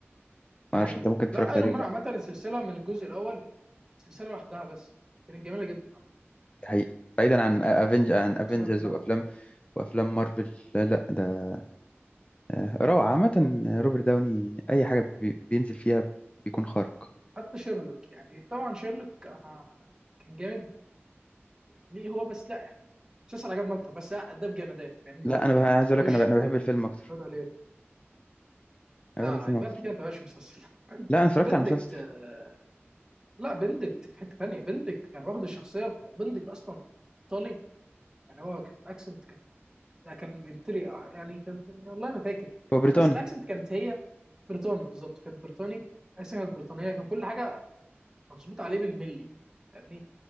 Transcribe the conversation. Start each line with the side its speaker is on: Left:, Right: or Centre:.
Right: ده
Left: ما اعرفش
Right: حقيقي
Left: انت ممكن اتفرجت
Right: لا ايرون
Left: عليه ولا
Right: مان
Left: لا
Right: عامة السلسلة من الجزء الأول سلسلة لوحدها بس كانت جميلة جدا عامة
Left: ده حقيقي بعيدا عن افنج عن افنجرز
Right: السلسلة كلها
Left: وافلام
Right: كانت
Left: وافلام مارفل لا لا ده آه، روعه عامه روبرت داوني اي حاجه بي- بينزل فيها بيكون خارق
Right: حتى شيرلوك يعني طبعا شيرلوك انا كان جامد ليه هو بس لا يعني مسلسل عجبني اكتر بس لا اداه بجمدان فاهمني
Left: لا
Right: برضه
Left: انا بح-
Right: يعني
Left: انا
Right: ما
Left: عايز
Right: اداهوش
Left: اقول لك انا ب- انا بحب الفيلم اكتر
Right: بندى ليه
Left: انا
Right: لا
Left: بحب الفيلم
Right: لا يبقى
Left: اكتر
Right: انت كده انت مش مسلسل
Left: لا انا اتفرجت
Right: بندكت
Left: على المسلسل
Right: آه، لا بندكت في حته ثانيه بندكت كان واخد الشخصيه بندكت اصلا ايطالي يعني هو كان الاكسنت كانت لا كان انجلتري آه، يعني كان والله ما فاكر كان-
Left: هو بريطاني
Right: بس الاكسنت كانت هي بريطاني بالظبط كان بريطاني الاكسنت كانت بريطانيه كان كل حاجه مظبوط عليه بالملي فاهمني